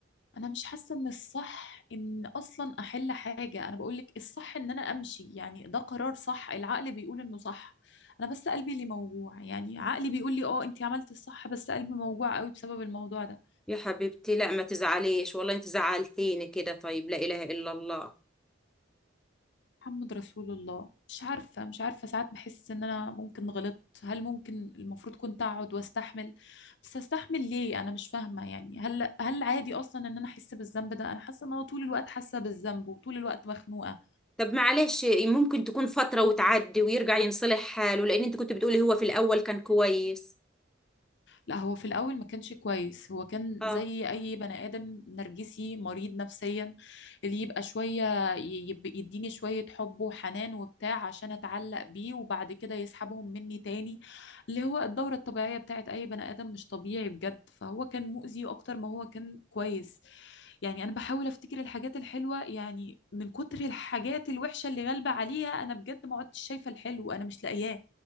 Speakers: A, on the left; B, in the centre.
A: انا مش حاسه ان الصح ان اصلا احل حاجه انا بقولك الصح ان انا امشي يعني ده قرار صح العقل بيقول انه صح انا بس قلبي اللي موجوع يعني عقلي بيقول لي اه انتي عملتي الصح بس قلبي موجوع قوي بسبب الموضوع ده
B: يا حبيبتي لا ما تزعليش والله أنت زعلتيني كده طيب لا إله إلا الله
A: محمد رسول الله مش عارفه مش عارفه ساعات بحس ان انا ممكن غلطت هل ممكن المفروض كنت اقعد واستحمل بس استحمل ليه انا مش فاهمه يعني هل هل عادي اصلا ان انا احس بالذنب ده انا حاسه ان انا طول الوقت حاسه بالذنب وطول الوقت مخنوقه
B: طب معلش ممكن تكون فترة وتعدي ويرجع ينصلح حاله لأن أنت كنت بتقولي هو في الأول كان كويس
A: لا هو في الأول ما كانش كويس هو كان
B: اه
A: زي أي بني آدم نرجسي مريض نفسيا اللي يبقى شوية ي- يب- يديني شوية حب وحنان وبتاع عشان أتعلق بيه وبعد كده يسحبهم مني تاني اللي هو الدورة الطبيعية بتاعت أي بني آدم مش طبيعي بجد فهو كان مؤذي أكتر ما هو كان كويس يعني أنا بحاول أفتكر الحاجات الحلوة يعني من كتر الحاجات الوحشة اللي غالبة عليها أنا بجد ما عدتش شايفة الحلو أنا مش لاقياه